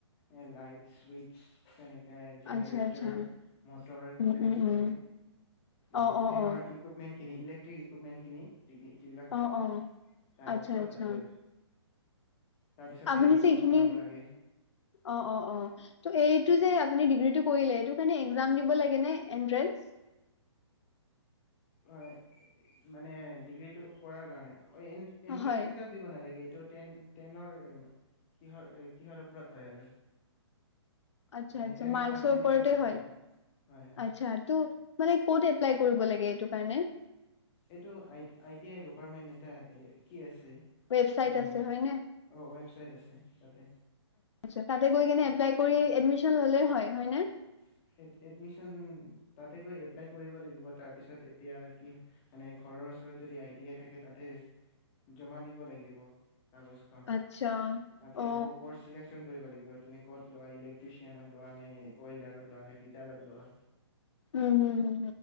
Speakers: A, on the left; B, on the left.
A: এ লাইট চুইচ তেনে <unintelligible> জেনেৰেটাৰ,
B: আচ্ছা আচ্ছা উম
A: মটৰ তেনেকে
B: উম
A: থাকে,
B: উম
A: মানে
B: অ অ
A: ফেনৰ
B: অ
A: ইকুইপমেণ্ট খিনি ইলেক্ট্ৰিক ইকুপমেণ্টিখিনি। <unintelligible> বিলাক থাকে।
B: অ অ
A: তাৰ
B: আচ্ছা
A: ওপৰত
B: আচ্ছা
A: আৰু <inaudible> <inaudible> তাৰপিছত
B: আপুনি
A: ৰিপৰ্ট
B: যে এইখিনি,
A: বনাব লাগে
B: অ, অ, অ, ত এই <unintelligible> আপুনি ডিগ্ৰীটো কৰিলে এইটোৰ কাৰণে এক্সাম দিব লাগে নে এণ্ট্ৰেন্স।
A: হয়, মানে ডিগ্ৰীটো কৰাৰ কাৰণে অ, এ এন্ট্ৰেন্স
B: হয়
A: এক্সাম দিব নালাগে এইটোত টেন টেনৰ, কিহৰ কিহৰ ওপৰত হয় আৰু।
B: আচ্ছা
A: মানে
B: আচ্ছা
A: টেনৰ
B: মাৰ্কছৰ
A: পাৰ্চেন্টেজৰ
B: ওপৰতে
A: ওপৰত
B: হয়।
A: হয় হয়
B: আচ্ছা ত মানে ক'ত এপ্লাই কৰিব লাগে এইটোৰ কাৰণে।
A: এইটো আই টি আই গপাৰ্টমেণ্ট এটা কি আছ <unintelligible>
B: ৱেবচাইট
A: মানে,
B: আছে হয় নে
A: অ, ৱেবচাইট আছে তাতে।
B: আচ্ছা তাতে গৈ কিনে এপ্লাই কৰি এডমিছন ল'লে হৈ হয়নে।
A: <unintelligible> এডমিচন তাতে গৈ এপ্লাই কৰিব লাগিব তাৰপিছত এতিয়া কি মানে ঘৰৰ ওচৰত যদি আই টি আই থাকে তাতে জমা দিব লাগিব। কাগজখন,
B: আচ্ছা
A: তাতে
B: অ
A: আকৌ কৰ্চ চিলেকচন কৰিব লাগিব। তুমি ক'ত লোৱা ইলেকট্ৰিচিয়ন লোৱা নে অইলডাৰত। ফিটাৰত লোৱা।
B: উম, উম, উম,